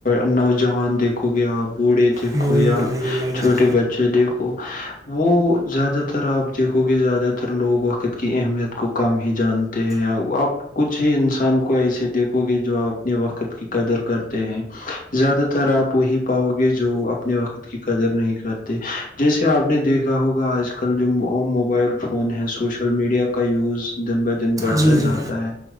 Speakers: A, on the left; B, on the right.
A: نوجوان دیکھو گیا بوڑھے دیکھو
B: لوگ ان
A: یا
B: کر رہی تھی آئی ڈی
A: چھوٹے
B: سے
A: بچے دیکھو وہ زیادہ تر آپ دیکھو گے زیادہ تر لوگ و وقت کی اہمیت کو کم ہی جان آپ کچھ ہی انسان کو ایسے دیکھو گے جو آپ اپنے وقت کی قدر کرتے ہیں زیادہ تر آپ وہی پاؤ گے جو اپنے وقت کی قدر نہیں کر جیسے آپ نے دیکھا ہوگا آج کل جو وہ موبائل فون ہے سوشل میڈیا کا یوز دن بہ بڑھتا
B: جی جی
A: جاتا ہے